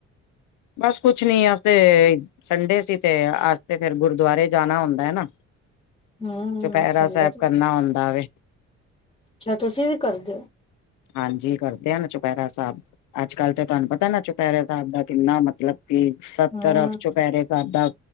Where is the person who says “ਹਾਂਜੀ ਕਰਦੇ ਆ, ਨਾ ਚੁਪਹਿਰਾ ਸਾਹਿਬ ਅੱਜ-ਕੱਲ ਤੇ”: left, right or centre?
Left